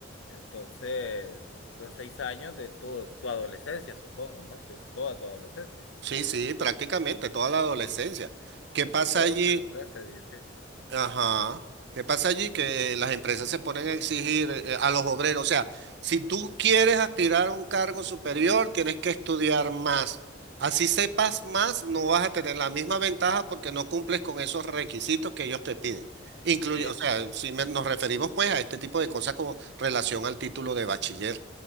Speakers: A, on the left; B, on the right.
A: entonces son seis años de tu, tu adolescencia, supongo, ¿no? Es toda tu adolescencia,
B: Sí, sí, prácticamente toda la adolescencia. ¿Qué
A: de
B: pasa
A: los doce
B: allí?
A: trece dieciocho
B: Ajá. ¿Qué pasa allí? Que eh, las empresas se ponen a exigir eh, a los obreros. O sea, si tú quieres aspirar a un cargo superior, tienes que estudiar más. Así sepas más, no vas a tener la misma ventaja porque no cumples con esos requisitos que ellos te piden. Incluye,
A: Sí,
B: o
A: sí.
B: sea, si me- nos referimos pues a este tipo de cosas con relación al título de bachiller.